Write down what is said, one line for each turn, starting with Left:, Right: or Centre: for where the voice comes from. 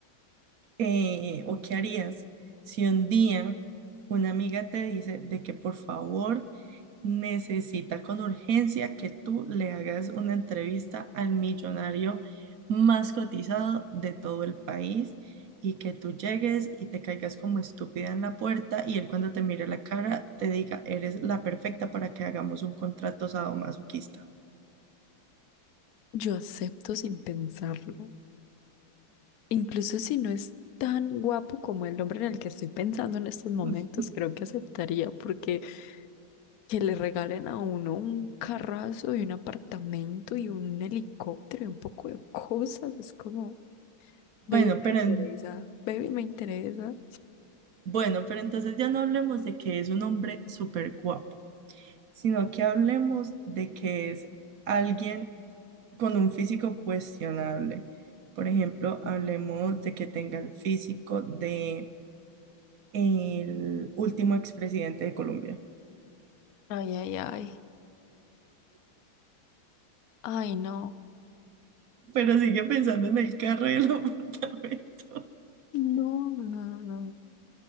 Right: eh, o qué harías si un día una amiga te dice de que por favor necesita con urgencia que tú le hagas una entrevista al millonario más cotizado de todo el país y que tú llegues y te caigas como estúpida en la puerta y él cuando te mire la cara te diga, eres la perfecta para que hagamos un contrato sadomasoquista?
Left: Yo acepto sin pensarlo. Incluso si no es tan guapo como el hombre en el que estoy pensando en estos momentos,
Right: <laughs>
Left: creo que aceptaría porque que le regalen a uno un carrazo y un apartamento y un helicóptero y un poco de cosas. Es como,
Right: Bueno,
Left: baby, me
Right: pero
Left: interesa,
Right: en-
Left: baby, me interesa.
Right: bueno, pero entonces ya no hablemos de que es un hombre súper guapo sino que hablemos de que es alguien con un físico cuestionable. Por ejemplo, hablemos de que tenga el físico de el último expresidente de Colombia,
Left: Ay, ay, ay. Ay, no.
Right: pero sigue pensando en el carro y el <laughs> apartamento.
Left: No, no, no.